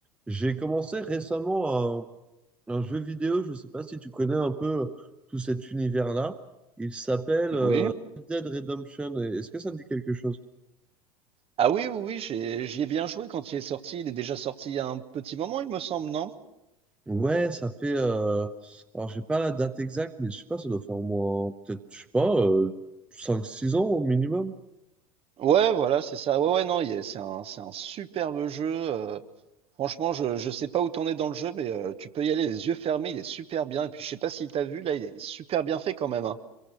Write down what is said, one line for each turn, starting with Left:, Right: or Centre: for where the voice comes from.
Centre: J'ai commencé récemment un, un jeu vidéo, je ne sais pas si tu connais un peu tout cet univers-là. Il s'appelle
Right: Oui.
Centre: euh, Red Dead Redemption. Est-ce que ça te dit quelque chose?
Right: Ah oui, oui, oui, j'ai- j'y ai bien joué quand il est sorti. Il est déjà sorti il y a un petit moment, il me semble, non?
Centre: Ouais, ça fait... euh, alors, j'ai pas la date exacte, mais je sais pas, ça doit faire au moins, peut-être, je sais pas, euh, cinq, six ans au minimum.
Right: Ouais, voilà, c'est ça. Ouais, ouais, non, il est- c'est un, c'est un superbe jeu. euh, franchement, je, je sais pas où t'en es dans le jeu, mais euh, tu peux y aller les yeux fermés, il est super bien. Et puis, je sais pas si t'as vu, là, il est super bien fait quand même. hein.